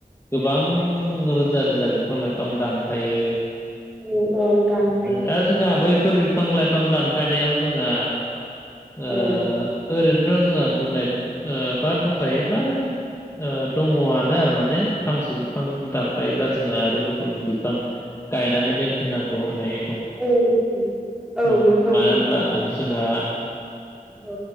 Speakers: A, on the left; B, in the centre.
A: गोबां रोजा रोजा बिफां लाइफां दानफायो
B: औ औ दानफायो
A: दा जों जोंहा बैफोर बिफां लाइफां दानफायनायाव जोंहा ओ
B: औ
A: ओरैनोथ जोंहा बुंनाय ओ बा दंखायो बा ओ दङआनो आरो माने फांसे बिफां दानफायोबा जोंहा आरो गुबुन बिफां गायनानै दोनफिननांगौ होनाय
B: औ औ
A: औ
B: नोंथां
A: मानो
B: दं
A: होनोमब्ला जोंहा
B: औ